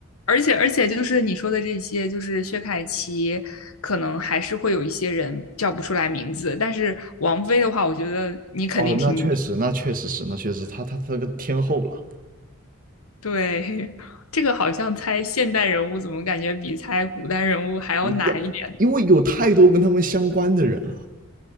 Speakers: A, on the left; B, on the right.
A: 而且而且就是你说的这些，就是薛凯琪，可能还是会有一些人叫不出来名字，但是王菲的话，我觉得你肯定听过。
B: 哦，那确实，那确实是，那确实，他他他那个天后了，
A: 对，<laughs> 这个好像猜现代人物，怎么感觉比猜古代人物还要难一点？
B: 要因为有太多跟他们相关的人了。